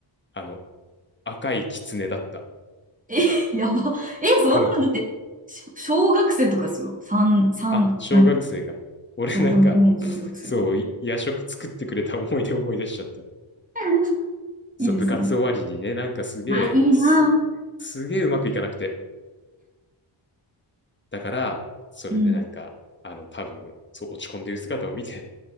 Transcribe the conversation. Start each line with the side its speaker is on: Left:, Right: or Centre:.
Left: あの、赤い狐だった。
Right: え、<laughs> やば。え、そんなのだって、
Left: あの、
Right: し小学生とかですよ。三三何
Left: あ、小学生が。俺なんか、
Right: そう、保育園、小学生。
Left: そう、い夜食作ってくれた思い出思い出しちゃった。
Right: <laughs>
Left: そう、
Right: いいですね。
Left: 部活終わりにね、なんかすげえ、
Right: あ、いいな。
Left: す、すげえうまくいかなくて。だから、それでなんか、
Right: うん。
Left: あの、多分、そう、落ち込んでる姿を見て、